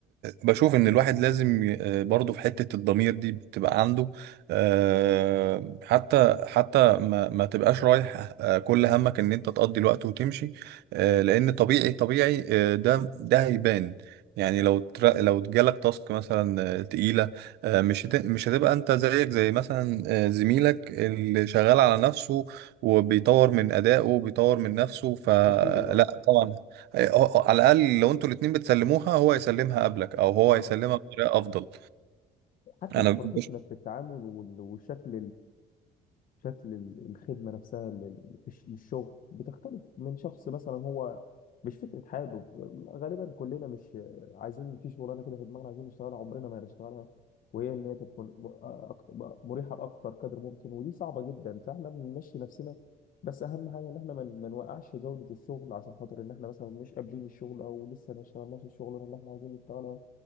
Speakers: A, on the right (about 80°); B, on the left (about 55°).
A: بشوف ان الواحد لازم ي- برضو في حتة الضمير دي بتبقى عنده آه، حتى حتى ما ما تبقاش رايح آه، كل همك ان انت تقضي الوقت وتمشي آه، لان طبيعي طبيعي آه، ده ده هيبان يعني لو تر- لو جالك تاسك مثلا آه، تقيلة آه، مش هت- مش هتبقى انت زيك زي مثلا آه، زميلك اللي شغال على نفسه وبيطور من أدائه وبيطور من نفسه فلا
B: اكيد اه
A: طبعا آه، على الاقل لو انتوا الاتنين بتسلموها هو يسلمها قبلك او هو
B: اه
A: يسلمها بطريقه افضل
B: حتى
A: انا
B: البروفيشنال
A: بش...
B: في التعامل وال- والشكل شكل ال- الخدمة نفسها لل- للش- للشغل بتختلف من شخص مثلا هو مش فكرة حابب غالبا كلنا مش عايزين في شغلانة كده في دماغنا عايزين نشتغلها عمرنا ما هنشتغلها وهي إن هي تكون م- أكتر- مريحة بأكتر قدر ممكن ودي صعبة جدا فإحنا بنمشي نفسنا بس أهم حاجة إن إحنا ما ما نوقعش جودة الشغل عشان خاطر إن إحنا مثلا مش قابلين الشغل أو لسه ما اشتغلناش الشغلانة اللي إحنا عايزين نشتغلها